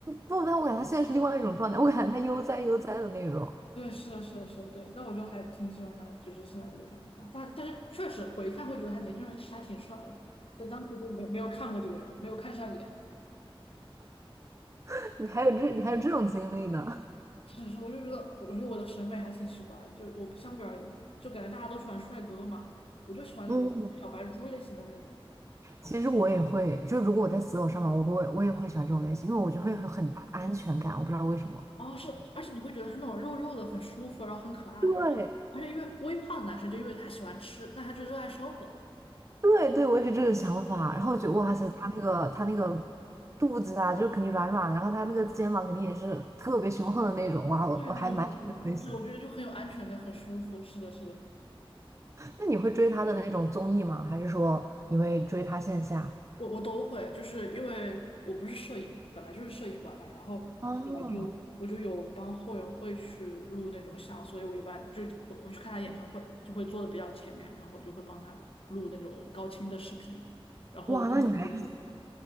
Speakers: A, on the right; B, on the left.
A: 不，但我感觉他现在是另外一种状态，我感觉他悠哉悠哉的那种。
B: 对，是的，是的，是的，对，但我就还挺喜欢他，就是现在这个状态。但但是确实回看会觉得他年轻时候其实还挺帅的，但当时就没没有看过这个人，没有看上眼。
A: <laughs> 你还有这你还有这种经历呢？
B: 是是，我就觉得，我觉得我的审美还挺奇怪的，就我不相比而言，就感觉大家都喜欢帅哥嘛，我就喜欢那种小白猪类型的那种。
A: <laughs> 嗯，其实我也会，就如果我在择偶上面，我会我也会喜欢这种类型，因为我就会有很大的安全感，
B: 嗯
A: 我不知道为什么。
B: 哦，是，而且你会觉得他那种肉肉的很舒服，然后很可爱，
A: 对，
B: 然后而且因为微胖男生就因为他喜欢吃，那他就热爱生活。
A: 对对，我也是这个想法。然后我觉得，
B: 对，
A: 哇塞，他那个他那个肚子啊，就是肯定软软的，然后他那个肩膀肯定也是特别雄横的那种。哇，我我还蛮喜欢这种类型。
B: 对啊，对啊，对啊，对，我觉得就很有安全感，很舒服。是的，是的。
A: 那你会追他的那种综艺吗？还是说你会追他线下？
B: 我我都会，就是因为我不是摄影嘛本来就是摄影馆嘛，然后后来就我就有帮后援会去录那种像，
A: 哦，
B: 所以我一般就我我去看他演唱会，就会坐的比较前面，然后就会帮他录那种高清的视频，然后东西也会看
A: 哇，那你还